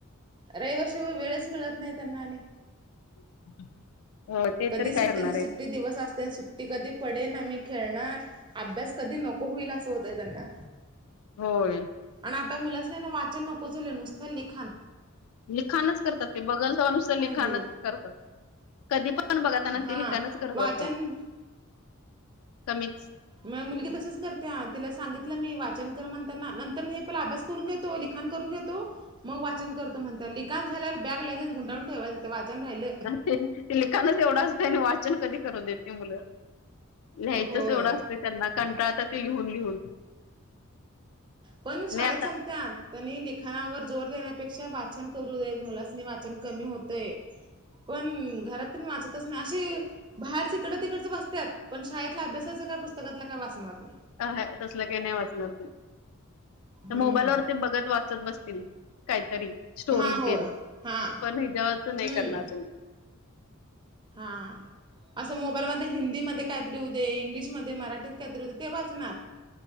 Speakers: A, on the right; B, on the left.
A: रविवार शिवाय वेळच मिळत नाही त्यांना आणि.
B: <inaudible>
A: कधी
B: तरी काय
A: सुट्टी
B: करणार
A: च
B: आहेत
A: सुट्टी दिवस असते सुट्टी कधी पडेन आम्ही खेळणार. अभ्यास कधी नको होईल असं होतंय त्यांना.
B: होय.
A: आणि आता मुलासनी नाही ना वाचन नको झालं नुसतं लिखान.
B: लिखाणच करतात ते बघल तवा नुसत लिखाणच
A: हे
B: करतात कधी पण. पण बघा त्यांना
A: हा
B: ते लिखाणच करत
A: वाचन
B: असतात कमीत.
A: माया मुलगी तसच करतेया तिला सांगितलं मी वाचन कर म्हणताना नंतर नाही पेला अभ्यास कुरून घेतो लिखाण करून घेतो मग वाचन करतो म्हणता लिखाण झाल्यावर बॅग लगेच गुंडाळून ठेवायचं ते वाचन राहिलं.
B: ते ते लिखाणच एवढं असतं आणि वाचन कधी करू देते मुलं. लिहायचंच
A: होय.
B: एवढं असतं त्यांना कंटाळतात ते लिहून लिहून.
A: पण शाळेत
B: नाही
A: सांगत्यात त्यांनी लिखाणावर जोर देण्यापेक्षा वाचन करू देत, मुलासनी वाचन कमी होतय. पण घरात तेन वाचतच नाही, अशी बाहेरचा इकडं तिकडचं वाचत्यात, पण शाळेतला अभ्यासाचं काय पुस्तकातला काय वाचणार नाही.
B: आं हा तसलं काही नाही वाचणार, तर
A: हम्म
B: मोबाईल वरती बघत वाचत बसतील. काहीतरी स्टोरी
A: हा होय.
B: तेन
A: हा
B: पण हेज्यावरचं
A: हम्म
B: नाही करणार तेनी.
A: हा. असं मोबाईलमध्ये हिंदीमध्ये काहीतरी येऊदे, इंग्लिशमध्ये मराठीत काहीतरी येऊदे ते वाचणार.